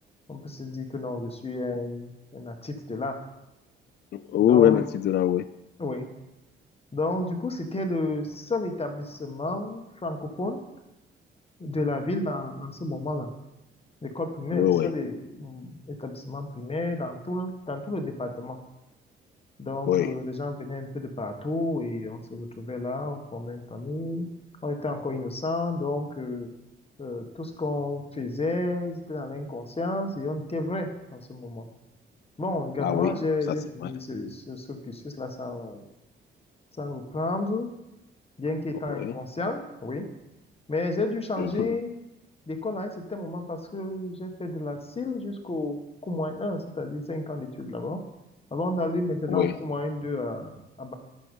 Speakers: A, on the left (about 30°); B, on the left (about 55°).
A: on peut se dire que non, je suis un, un natif de là.
B: Oui,
A: Donc,
B: oui, natif de là, oui.
A: oui. Donc, du coup, c'était le seul établissement francophone de la ville en, en ce moment-là. L'école primaire,
B: Oui,
A: le seul
B: oui,
A: é- établissement primaire dans tout, le- dans tout le département. Donc,
B: oui.
A: euh, les gens venaient un peu de partout et on se retrouvait là, on formait une famille. On était encore innocents, donc euh, euh, tout ce qu'on faisait, c'était dans l'inconscience et on était vrai en ce moment. Bon, également,
B: Ah oui,
A: j'ai
B: ça
A: j'ai
B: c'est
A: fini
B: vrai.
A: ce, ce, ce cursus-là sans, euh, sans reprendre, bien qu'étant
B: Oui.
A: inconscient, oui. Mais j'ai dû changer
B: <laughs>
A: d'école à un certain moment parce que j'ai fait de la CIL jusqu'au Cours 1, c'est-à-dire 5 ans d'études là-bas, avant d'aller maintenant
B: Oui,
A: au Cours 2 à, à